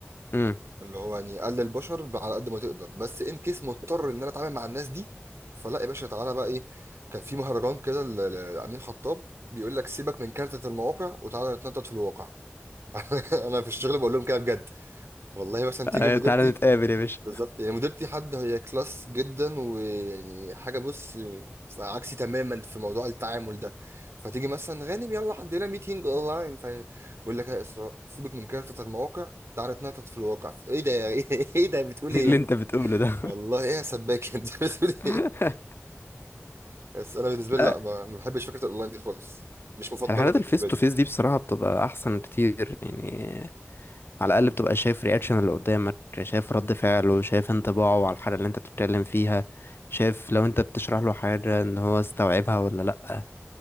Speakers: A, on the left; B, on the right.
A: امم.
B: اللي هو يعني قلل البشر ب- على قد ما تقدر بس ان كيس مضطر ان انا اتعامل مع الناس دي فلا يا باشا تعالى بقى ايه كان في مهرجان كده ل- ل- لامين خطاب بيقول لك سيبك من كارتة المواقع وتعالى نتنطط في الواقع <laughs> انا في الشغل بقول لهم كده بجد والله مثلا تيجي
A: أيوة،
B: مديرتي
A: تعالى نتقابل يا باشا
B: بالظبط يعني مديرتي حد هي كلاس جدا ويعني حاجه بص عكسي تماما في موضوع التعامل ده فتيجي مثلا غانم يلا عندنا ميتينج اونلاين فبقول لك يا اسراء سيبك من كارتة المواقع تعالى تنطط في الواقع فت- ايه ده يا- <laughs> ايه ده بتقول
A: <laughs>
B: ايه
A: إيه اللي
B: انت
A: انت بتقوله ده
B: والله ايه يا سباك انت <laughs> بتقول
A: <laughs>
B: ايه بس انا بالنسبه لي
A: لا
B: لا ما ما بحبش فكره الاونلاين دي خالص مش مفضله
A: الحالات
B: بالنسبه
A: الفيس تو
B: لي
A: فيس دي بصراحة بتبقى احسن كتير يعني على الاقل بتبقى شايف رياكشن اللي قدامك شايف رد فعله شايف انطباعه على الحاجة اللي انت بتتكلم فيها شايف لو انت بتشرح له حاجة ان هو استوعبها ولا لا